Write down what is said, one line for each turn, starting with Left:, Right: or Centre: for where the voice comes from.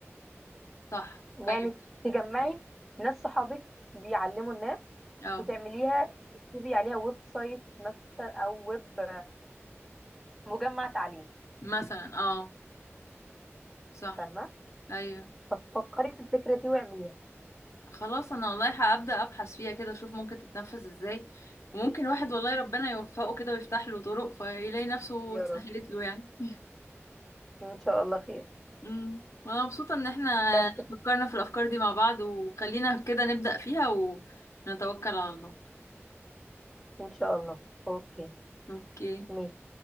Left: صح
Centre: يعني
Left: ايوه
Centre: تجمعي ناس صحابك بيعلموا الناس
Left: اه
Centre: وتعمليها تكتبي عليها ويب سايت مثلا او ويب مجمع تعليم
Left: مثلا اه صح
Centre: فاهمه
Left: ايوه
Centre: ففكري في الفكره دي واعمليها
Left: خلاص انا والله هبدأ ابحث فيها كده اشوف ممكن تتنفذ ازاي وممكن الواحد والله ربنا يوفقه كده ويفتح له طرق فيلاقي نفسه
Centre: يا
Left: اتسهلت
Centre: رب
Left: له يعني <laughs>
Centre: ان شاء الله خير
Left: امم وانا مبسوطة ان احنا
Centre: بس ف-
Left: فكرنا في الافكار دي مع بعض وخلينا كده نبدأ فيها ونتوكل على الله
Centre: ان شاء الله اوكي
Left: اوكي
Centre: ماشي